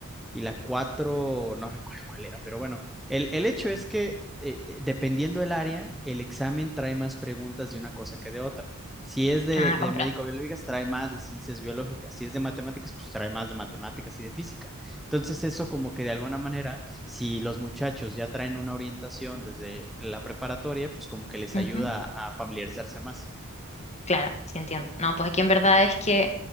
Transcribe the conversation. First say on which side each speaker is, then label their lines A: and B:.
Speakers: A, in the centre; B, on the left.
A: y la 4 no recuerdo cuál era, pero bueno, el, el hecho es que eh, eh, dependiendo del área, el examen trae más preguntas de una cosa que de otra. Si es de,
B: Ah,
A: de
B: comprendo.
A: médico-biológicas, trae más de ciencias biológicas. Si es de matemáticas, pues trae más de matemáticas y de física. Entonces eso como que de alguna manera, si los muchachos ya traen una orientación desde la preparatoria, pues como que les
B: Ujú.
A: ayuda a familiarizarse más.
B: Claro, sí entiendo. No, pues aquí en verdad es que